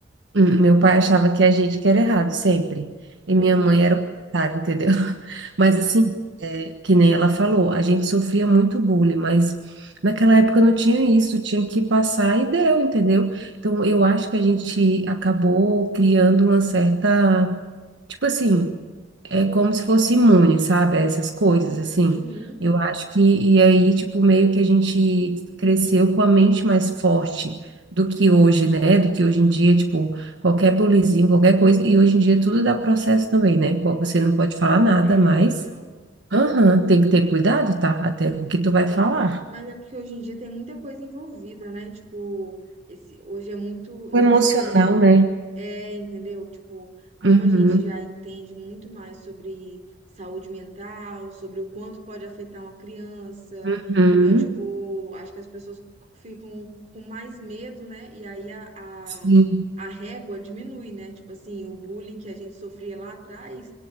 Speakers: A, on the right (about 70°); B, on the right (about 40°).
A: hum, meu pai achava que a gente que era errado sempre, e
B: Aham.
A: minha mãe era o contrário, entendeu? <laughs> Mas assim, é, que nem ela falou, a gente sofria muito bullying, mas naquela época não tinha isso, tinha que passar e deu, entendeu? Então, eu acho que a gente acabou criando uma certa, tipo assim É como se fosse imune, sabe? a Essas coisas, assim.
B: Uhum.
A: Eu acho que, e aí, tipo, meio que a gente cresceu com a mente mais forte do que hoje, né? Do que hoje em dia, tipo, qualquer bolizinho, qualquer coisa. E hoje em dia tudo dá processo também, né? Bom, Você não pode falar nada
B: É,
A: mais.
B: então.
A: Aham, tem que ter cuidado, tá? Até o que tu vai
B: É.
A: falar.
B: Mas é porque hoje em dia tem muita coisa envolvida, né? Tipo, esse, hoje é muito, eu
A: O emocional,
B: acho que
A: né?
B: É, entendeu? Tipo, como
A: Uhum,
B: a gente já entende muito mais sobre saúde mental, sobre o quanto pode afetar uma criança.
A: uhum.
B: Então, tipo, acho que as pessoas ficam com mais medo, né? E aí a, a,
A: Sim.
B: a régua diminui, né? Tipo assim, o bullying que a gente sofria lá atrás,